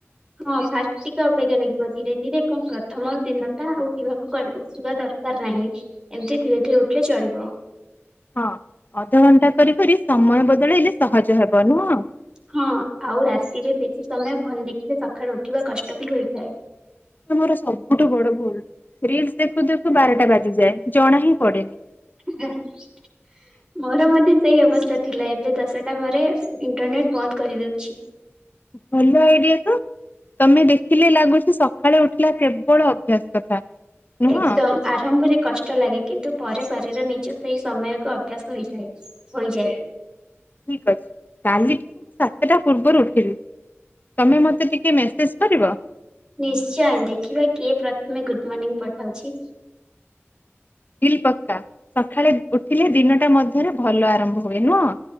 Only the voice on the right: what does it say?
ହଁ ଫାଟ ଟିକେ ଅବାଗିଆ ଲାଗିବ ଧୀରେ ଧୀରେ କଣ ପ୍ରଥମ ଦିନ ଟା ଉଠିବାକୁ ଉସ ଦରକାର। ଦରକାର ନାହିଁ ଏମିତି ଧୀରେ ଧୀରେ ଉଠିଲେ ଚଳିବ।
ହଁ ଆଉ ରାତିରେ ବେଶୀ ସମୟ ଫୋନ ଦେଖିଲେ ସକାଳେୁ ଉଠିବା କଷ୍ଟ ବି ହୋଇଥାଏ।
ମୋର ମଧ୍ୟ୍ୟ ସେଇ ଅବସ୍ଥା ଥିଲା ଏବେ ଦଶଟା ପରେ ଇଣ୍ଟରନେଟ ବନ୍ଦ କରିଦଉଛି।
ଏକଦମ ଆରମ୍ଭରେ। କଷ୍ଟ ଲାଗେ କିନ୍ତୁ ପରେ ଶାରୀର ନିଜେ ସେଇ ସମୟକୁ ଅଭ୍ୟାସ ହେଇଯଏ ହୋଇଯାଏ।
ନିଶ୍ଚୟ ଦେଖିବା କିଏ ପ୍ରଥମେ ଗୁଡ୍ ମର୍ଣ୍ଣିଂ ପଠାଉଛି।